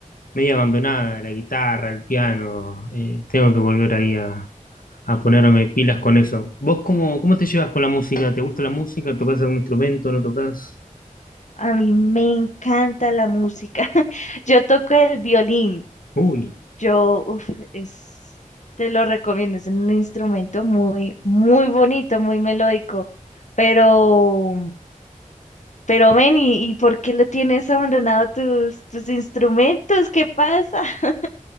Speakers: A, on the left (about 85°); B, on the left (about 60°).
A: media abandonada, la guitarra, el piano. eh, tengo que volver ahí a, a ponerme pilas con eso. ¿Vos cómo, cómo te llevas con la música? ¿Te gusta la música? ¿Tocás algún instrumento? ¿No tocas?
B: A mí me encanta la música. <laughs> Yo toco el violín.
A: Uy.
B: Yo, uf, es, te lo recomiendo. Es un instrumento muy, muy bonito, muy melódico. Pero, pero ven, ¿y, y por qué lo tienes abandonado tus, tus instrumentos? ¿Qué pasa? <laughs>